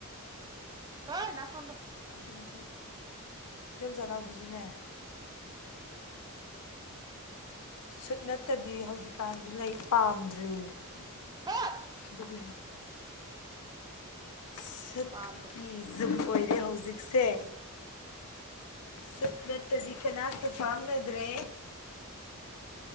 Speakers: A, on the right; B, on the left.
A: ꯍꯣꯏ ꯅꯥꯇꯣꯟꯗ‌ꯣ
B: ꯑꯗꯨꯗꯒꯤ ꯏꯗꯣꯝꯆꯥ ꯅꯥꯎꯕꯤꯁꯨꯅꯦ ꯁꯨꯠ ꯅꯠꯇꯗꯤ ꯍꯧꯖꯤꯛꯀꯥꯟꯗꯤ ꯂꯩ ꯄꯥꯝꯗ꯭ꯔꯦ
A: ꯍꯠ
B: ꯗꯨꯒꯤ ꯁꯛꯀꯤ
A: ꯄꯥꯝꯗ꯭ꯔꯦ
B: ꯖꯨꯛ ꯑꯣꯏꯔꯦ ꯍꯧꯖꯤꯛꯁꯦ ꯁꯨꯠ ꯅꯠꯇꯗꯤ ꯀꯅꯥꯁꯨ ꯐꯥꯅꯗ꯭ꯔꯦ